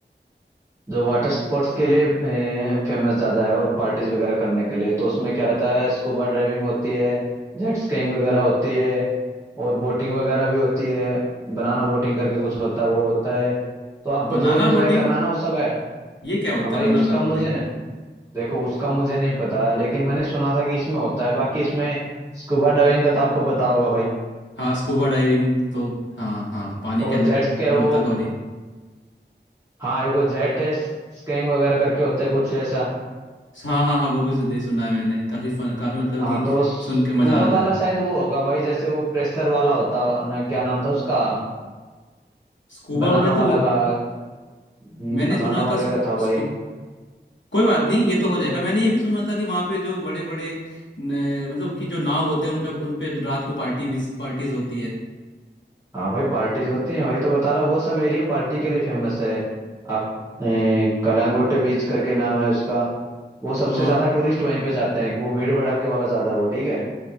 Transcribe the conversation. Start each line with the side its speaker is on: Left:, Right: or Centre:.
Right: जो वाटर स्पोर्ट्स के लिए फेमस ज्यादा है और पार्टीज वगैरह करने के लिए तो उसमें क्या रहता है स्कूबा ड्राइविंग होती है जेट स्कीइंग वगैरह होती है और बोटिंग वगैरह भी होती है बनाना बोटिंग करके कुछ होता है वो होता है तो आपको
Left: Banana
Right: जो एंजॉय
Left: boating
Right: करना है ना वो सब है
Left: ये क्या होता
Right: अब भाई
Left: है बनाना
Right: उसका
Left: बोटिंग
Right: मुझे ना देखो उसका मुझे नहीं पता लेकिन मैंने सुना था कि इसमें होता है बाकी इसमें स्कूबा डाइविंग का तो आपको पता होगा भाई
Left: हाँ स्कूबा डाइविंग तो हाँ हाँ पानी के
Right: और
Left: अंदर
Right: जेट स्कैर वो
Left: गोताखोरी
Right: हाँ एक वो जेट स्कीइंग वगैरह करके होते हैं कुछ ऐसा
Left: हाँ हाँ हाँ वो भी देख सुना है मैंने काफी फन काफी मतलब
Right: हाँ
Left: कि
Right: तो स्कूबा
Left: सुन के मजा आ
Right: वाला
Left: रहा है
Right: शायद वो होगा भाई जैसे वो प्रेशर वाला होता है ना क्या नाम था उसका
Left: स्कूबा
Right: बनाना
Left: में तो
Right: वाला
Left: वो-
Right: का हम्म,
Left: मैंने
Right: बनाना
Left: सुना
Right: वाले
Left: था स्कू,
Right: का था भाई
Left: स्कू, कोई बात नहीं ये तो हो जाएगा मैंने ये भी सुना था कि वहाँ पे जो बड़े बड़े न- मतलब कि जो नाव होते हैं उन पे उन पे रात को पार्टी भी पार्टीज होती है
Right: हाँ भाई पार्टीज होती हैं वही तो बता रहा हूँ, वो सब एरिया पार्टी के लिए फेमस है आप ए, कलांगुट बीच करके नाम है उसका वो सबसे
Left: तो वहाँ
Right: ज्यादा टूरिस्ट वहीं पे जाते हैं वो भीड़ भड़ाके वाला ज्यादा वो ठीक है